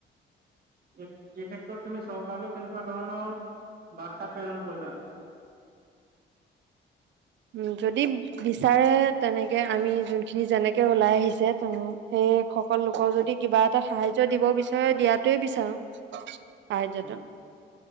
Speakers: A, on the right; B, on the right.
A: এ এই ক্ষেত্ৰত তুমি চৰকাৰলৈ কেনেকুৱা ধৰণৰ বাৰ্তা প্ৰেৰণ কৰিবা।
B: <inaudible> উম, যদি বিচাৰে তেনেকে আমি যোনখিনি যেনেকে ওলাই আহিছে ত সেই সেই সকল লোকক যদি কিবা এটা সাহায্য দিব বিচাৰে, দিয়াতোৱেই বিচাৰো। সাহায্যটো।
A: হয়